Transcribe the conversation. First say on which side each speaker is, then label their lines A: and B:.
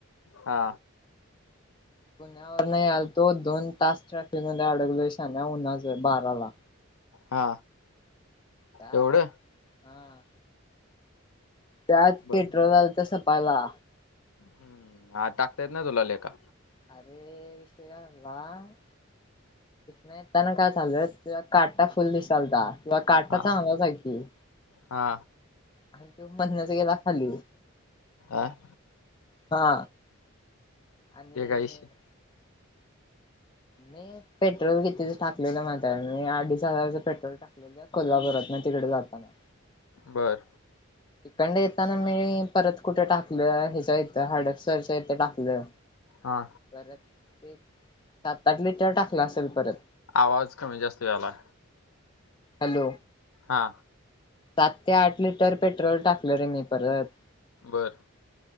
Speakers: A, on the left (about 85°); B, on the left (about 20°).
A: हा.
B: पुण्यावरन यायलतो तो दोन तास ट्रॅफिक म अडकलो शान्या उन्हाच बाराला.
A: हा
B: त्यात
A: एवढं.
B: हा त्यात
A: बरं
B: पेट्रोल आल त सपायाला.
A: हम्म हा टाकतायेत ना तुला लेका.
B: अरे विषय काय झालता. नाहीताना काय झाच तेजा काटा फुल दिसालता. तुला काटा
A: हा
B: चांगला आहे की
A: हा
B: आणि त्यो मधनच गेला खाली.
A: आ.
B: हा. आणि
A: ते काय विषय
B: मी पेट्रोल कितीच टाकलेलं माझ मी अडीच हजारच पेट्रोल टाकलेलं कोल्हापुरात. तिकडे जाताना.
A: बर.
B: इकंड येताना मी परत कुठे टाकलं ह्याच्या इथं हाडपपसरच्या इथं टाकलं.
A: हा
B: परत ते सात आठ लिटर टाकला असेल परत
A: आवाज कमी जास्त यायला.
B: हॅलो!
A: हा!
B: सात ते आठ लिटर पेट्रोल टाकल रे मी परत.
A: बर